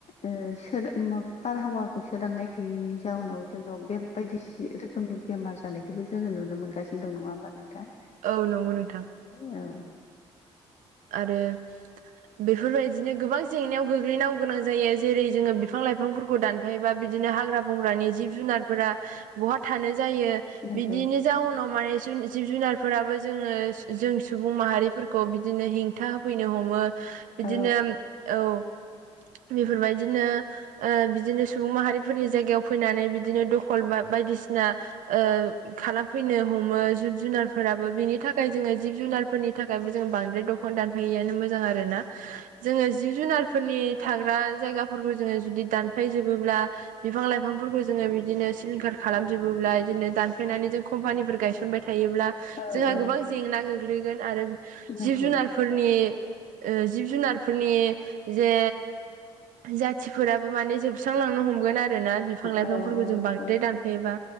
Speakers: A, on the left; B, on the right.
A: ओ सोद बारहावाखौ सोदांनाय गैयिनि जाउनाव जोनो बे बायदिसि रोखोमनि बेमार जानायखौबो जोङो नुनो मोनगासिनो दं नङा होमबा नोंथां
B: औ नंगौ नोंथां
A: औ
B: आरो बेफोरबायदिनो गोबां जेंनायाव गोग्लैनांग गोनां जायो जेरै जोङो बिफां लाइफां बिफांफोरखौ दानफायोबा बिदिनो हाग्रा बंग्रानि जिब जुनारफोरा बहा थानो जायो
A: नंगौ
B: बिदिनो जाउनाव माने जिब जुनारफोराबो जोङो जों सुबुं माहारिफोरखौ बिदिनो हेंथा होफैनो हमो बिदिनो
A: औ
B: औ बेफोरबायदिनो बिदिनो सुबुं माहारिफोरनि जायगायाव फैनानै बिदिनो दखल बा बायदिसिना ओ खालामफैनो हमो जिब जुनारफोराबो बिनि थाखाय जोङो जिब जुनारफोरनि थाखायबो जों बांसिन ओमफ्राय दखान दानफायैआानो मोजां आरो ना जोङो जिब जुनारफोरनि थाग्रा जायगाफोरखौ जोङो जुदि दानफायजोबोब्ला बिफां लाइफांफोरखौ जोङो बिदिनो सिलिंखार खालामजोबोब्ला बिदिनो दानफ्लेनानै जों कम्पानिफोर गायसनबाय थायोब्ला
A: औ
B: जोंहा
A: औ
B: गोबां जेंना गोग्लैगोन आरो
A: नंगौ
B: जिब जुनारफोर फोरनि जिब जुनारफोरनि जे जाथिफोराबो माने जोबस्रांलांनो हमगोन आरो आरोोना बिफां लाइफांफोरखौ
A: औ
B: जों बांद्राय
A: औ
B: दानफायोबा